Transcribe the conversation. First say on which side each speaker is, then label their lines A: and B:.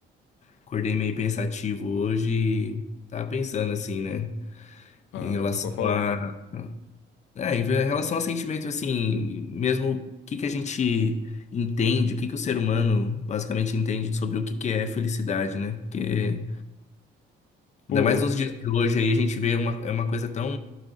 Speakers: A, on the left (about 35°); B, on the left (about 80°).
A: acordei meio pensativo hoje, e tava pensando, assim, né,
B: Ah,
A: em relação
B: pode falar.
A: a, é, em relação a sentimentos, assim, mesmo o que que a gente entende, o que que o ser humano basicamente entende sobre o que que é felicidade, né, porque...
B: Pô,
A: Ainda mais nos dias
B: é-
A: de hoje aí, a gente vê uma, é uma coisa tão